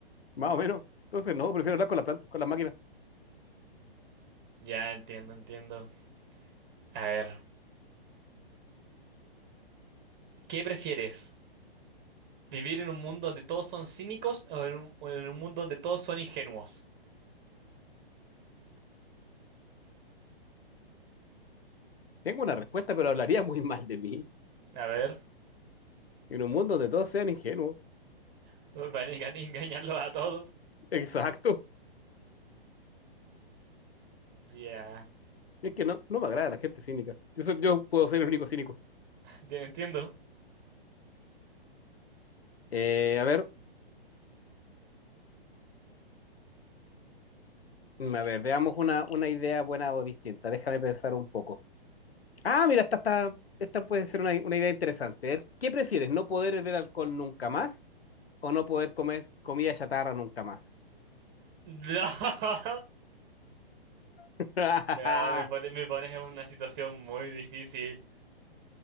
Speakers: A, on the left (about 75°); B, on the right (about 30°).
A: más o menos. Entonces, no, prefiero hablar con las plantas, con las máquinas.
B: Ya entiendo, entiendo. A ver, ¿qué prefieres? ¿Vivir en un mundo donde todos son cínicos o en un, o en un mundo donde todos son ingenuos?
A: Tengo una respuesta, pero hablaría muy mal de mí.
B: A ver,
A: En un mundo donde todos sean ingenuos.
B: <laughs> van a enga- engañarlos a todos.
A: Exacto.
B: Ya,
A: Es que no, no me agrada la gente cínica. Yo, soy- yo puedo ser el único cínico.
B: ya entiendo.
A: Eh, a ver, Mm, A ver, veamos una, una idea buena o distinta. Déjame pensar un poco. Ah, mira, esta, esta, esta puede ser una, una idea interesante. A ver, ¿Qué prefieres, no poder beber alcohol nunca más o no poder comer comida chatarra nunca más?
B: <laughs>
A: <laughs>
B: Ya, me pone- me pones en una situación muy difícil.